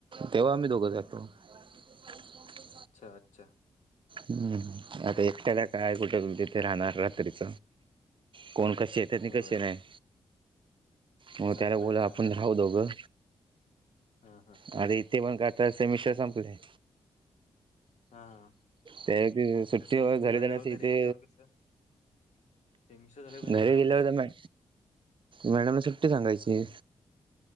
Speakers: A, on the right (about 45°); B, on the left (about 75°).
A: तेव्हा आम्ही दोघं जातो. <unintelligible>
B: अच्छा अच्छा,
A: हम्. आता एकट्याला काय कुठे रूम तीथे राहणार रात्रीच. कोण कसे येत्यात नाही
B: होय
A: कसे नाही. मग
B: चांगला
A: त्याला बोला
B: आहे चांगला
A: आपण
B: आहे
A: राहू दोघं.
B: हा. हा.
A: अरे, इथे पण काय आता सेमिस्टर संपवतो मी,
B: हा.
A: ते घेऊन सुट्टी
B: मग सेमिस्टर
A: वर घरी
B: झाल्यावर
A: जाण्याची
B: घरी
A: ते
B: गेल्यावर कसं सेमिस्टर झाल्यावर
A: घरी गेल्यावर.
B: कसं
A: मॅ मॅडमला सुट्टी सांगायची.